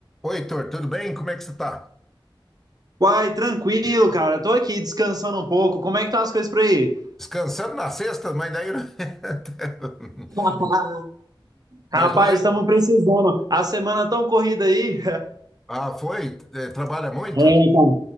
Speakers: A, in the centre; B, on the right (about 45°).
A: Oi, Heitor, tudo bem? Como é que você está?
B: Uai, tranquilo, cara. Tô aqui descansando um pouco. Como é que estão as coisas por aí?
A: Descansando na sexta, mas daí. <laughs>
B: <laughs>
A: Mas
B: Rapaz,
A: hoje.
B: estamos precisando. A semana tão corrida aí.
A: Ah, foi? Eh, Trabalha muito?
B: É, cara.